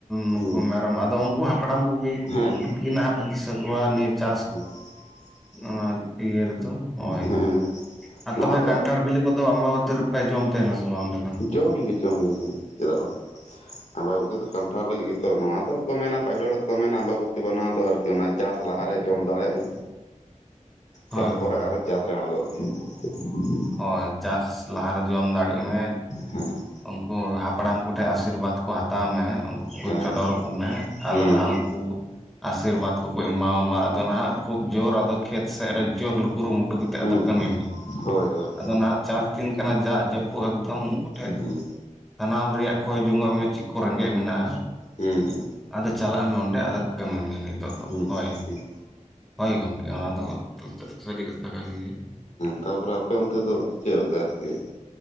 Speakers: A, in the centre; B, on the left (about 65°).
A: ᱱᱩᱠᱩ
B: ᱦᱮᱸ
A: ᱢᱮᱨᱚᱢ ᱟᱫᱚ ᱩᱱᱠᱩ ᱦᱟᱯᱲᱟᱢ ᱠᱚᱜᱮ ᱠᱩ
B: ᱦᱮᱸ
A: ᱱᱟᱦᱟᱜ ᱯᱮ ᱫᱤᱥᱟᱹ ᱠᱚᱣᱟ ᱱᱤᱭᱟᱹ ᱪᱟᱥ
B: <inaudible>
A: ᱱᱚᱣᱟ ᱤᱭᱟᱹ ᱨᱮᱫᱚ ᱦᱳᱭ
B: ᱦᱮᱸ
A: ᱟᱨ
B: ᱱᱚᱣᱟ
A: ᱛᱚᱵᱮ
B: ᱫᱚ
A: ᱠᱟᱱᱴᱷᱟᱲ ᱵᱤᱞᱤ ᱠᱚᱫᱚ ᱟᱢᱵᱟ ᱵᱚᱛᱤ ᱨᱮ ᱯᱮ ᱡᱚᱢ ᱛᱟᱦᱮᱱᱟ ᱥᱮ ᱵᱟᱝ ᱚᱸᱰᱮ ᱫᱚ?
B: ᱡᱚᱢᱜᱮ-ᱡᱚᱢᱜᱮ ᱡᱚᱢ ᱪᱮᱫᱟᱜ ᱵᱟᱝ ᱟᱢᱵᱟᱵᱚᱛᱤ ᱫᱚ ᱠᱟᱱᱴᱷᱟᱲ ᱞᱟᱹᱜᱤᱫ ᱜᱮᱛᱚ ᱱᱚᱣᱟ ᱫᱚᱠᱚ ᱢᱮᱱᱟ ᱯᱟᱹᱦᱤᱞ ᱦᱚᱲᱠᱚ ᱢᱮᱱᱟ ᱟᱢᱵᱟᱵᱚᱛᱤ ᱵᱟᱱᱟᱣ ᱫᱚ ᱟᱨᱠᱤ ᱚᱱᱟ ᱪᱟᱥ ᱞᱟᱦᱟ ᱨᱮ ᱡᱚᱢ ᱫᱟᱲᱮᱜ ᱢᱮ ᱛᱟᱨᱯᱚᱨᱮ
A: ᱦᱳᱭ ᱦᱳᱭ
B: ᱟᱨᱚ ᱪᱟᱥᱨᱮ ᱟᱬᱜᱚᱜ ᱢᱮ ᱾
A: ᱦᱳᱭ ᱪᱟᱥ ᱞᱟᱦᱟᱨ ᱨᱮ ᱡᱚᱢ ᱫᱟᱲᱮᱜ ᱢᱮ
B: ᱦᱩᱸ
A: ᱩᱱᱠᱩ ᱦᱟᱯᱲᱟᱢ ᱠᱚᱴᱷᱮᱜ ᱟᱥᱤᱨᱵᱟᱫᱽ ᱠᱚ ᱦᱟᱛ ᱛᱟᱣ ᱢᱮ ᱩᱱᱠᱩ ᱠᱚ
B: ᱦᱮᱸ
A: ᱪᱚᱰᱚᱨ ᱟᱠᱚ ᱢᱮ ᱟᱫᱚ
B: ᱦᱩᱸ
A: ᱱᱟᱦᱟᱜ ᱩᱱᱠᱩ ᱟᱥᱤᱨᱵᱟᱫᱽ ᱠᱚᱠᱚ ᱮᱢᱟᱣᱟᱢᱟ ᱟᱫᱚ ᱱᱟᱦᱟᱜ ᱠᱷᱩᱵ ᱡᱳᱨ ᱟᱫᱚ ᱠᱷᱮᱛ ᱥᱮᱫ ᱨᱮ ᱡᱳᱨ ᱠᱩᱨᱩᱢᱩᱴᱩ ᱠᱟᱛᱮᱫ ᱛᱮ
B: ᱦᱩᱸ
A: ᱟᱫᱚ
B: ᱦᱩᱸ
A: ᱠᱟᱹᱢᱤ ᱢᱮ
B: ᱦᱳᱭ ᱦᱳᱭ ᱦᱩᱸ
A: ᱟᱫᱚ ᱱᱟᱦᱟᱜ ᱪᱟᱥ ᱫᱤᱱ ᱠᱟᱱᱟ ᱫᱟᱜ ᱡᱟᱹᱯᱩᱫ ᱮᱠᱫᱚᱢ ᱩᱱᱠᱩ ᱴᱷᱮᱡ
B: ᱦᱩᱸ
A: ᱥᱟᱱᱟᱢ ᱨᱮᱭᱟᱜ ᱠᱚᱭ ᱡᱚᱝᱚᱜ ᱢᱮ ᱪᱮᱫ ᱠᱚ ᱨᱮᱸᱜᱮᱡ ᱢᱮᱱᱟᱜᱼᱟ ᱾
B: ᱦᱩᱸ
A: ᱟᱫᱚ ᱪᱟᱞᱟᱜ ᱢᱮ ᱚᱸᱰᱮ ᱟᱫᱚ ᱠᱟᱹᱢᱤ ᱢᱮ ᱱᱤᱛᱚᱜ ᱫᱚ
B: ᱦᱩᱸ
A: ᱦᱳᱭ
B: ᱦᱩᱸ
A: ᱦᱳᱭ ᱜᱚᱝᱠᱮ ᱚᱱᱟ ᱫᱚ ᱥᱟᱹᱨᱤ ᱠᱟᱛᱷᱟ ᱠᱟᱱ ᱜᱮᱭᱟ᱾
B: ᱛᱟᱯᱚᱨᱮ ᱟᱯᱮ ᱚᱱᱛᱮ ᱫᱚ ᱪᱮᱫ ᱞᱮᱠᱟ ᱟᱨᱠᱤ